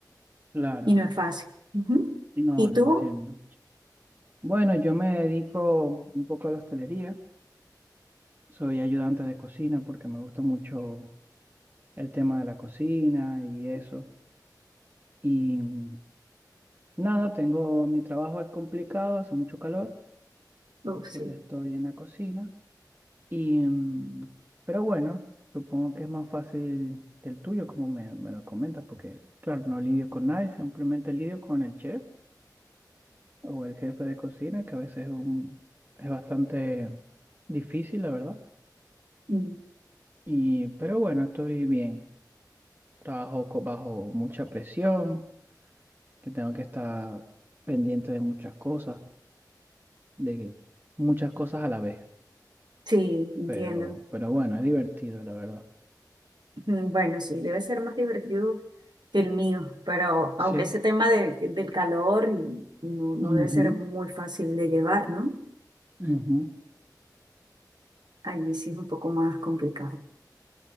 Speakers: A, on the right (about 30°); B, on the right (about 80°).
A: claro,
B: Y no es fácil. Ujú.
A: no,
B: ¿Y
A: lo
B: tú?
A: entiendo. Bueno, yo me dedico un poco a la hostelería, soy ayudante de cocina porque me gusta mucho el tema de la cocina y eso. Y mm, nada, tengo, mi trabajo es complicado, hace mucho calor
B: Oh, sí.
A: porque estoy en la cocina. Y, mm, pero bueno, supongo que es más fácil que el tuyo, como me, me lo comentas, porque claro, no lidio con nadie, simplemente lidio con el chef o el jefe de cocina, que a veces es, un- es bastante difícil, la verdad.
B: Mm.
A: Y, pero bueno, estoy bien. Trabajo co- bajo mucha presión que tengo que estar pendiente de muchas cosas, de muchas cosas a la vez.
B: Sí, entiendo.
A: Pero, pero bueno, es divertido, la verdad.
B: Mm, Bueno, sí, debe ser más divertido que el mío, pero aunque
A: Sí.
B: ese tema de- del calor y- no, no
A: Ujú,
B: debe ser muy fácil de llevar, ¿no?
A: ujú.
B: A mí sí es un poco más complicado.